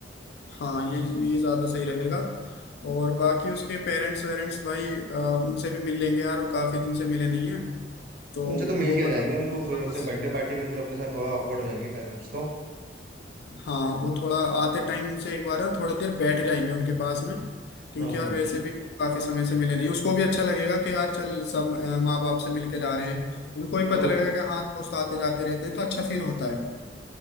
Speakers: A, on the left; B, on the right.
A: हाँ ये ये ज्यादा सही रहेगा और बाकी उसके पेरेंट्स वेरेंट्स भाई अ, उनसे भी मिल लेंगे यार काफी दिन से मिले नहीं है तो
B: उनसे तो मिल
A: वो
B: के आ जाएंगे
A: मतलब
B: उनको फिर
A: वापस
B: वैसे बर्थडे पार्टी में फिर अपने साथ थोड़ा ऑकवर्ड हो जाएंगे पेरेंट्स तो
A: हाँ वो थोड़ा आते टाइम उनसे एक बार थोड़ी देर बैठ जाएंगे उनके पास में क्योंकि
B: हाँ
A: यार
B: हाँ
A: वैसे भी काफी समय से मिले नहीं उसको भी अच्छा लगेगा कि यार चल सब माँ बाप से मिलके जा रहे हैं उनको भी पता
B: तो
A: लगेगा कि हाँ दोस्त आते जाते रहते हैं तो अच्छा फील होता है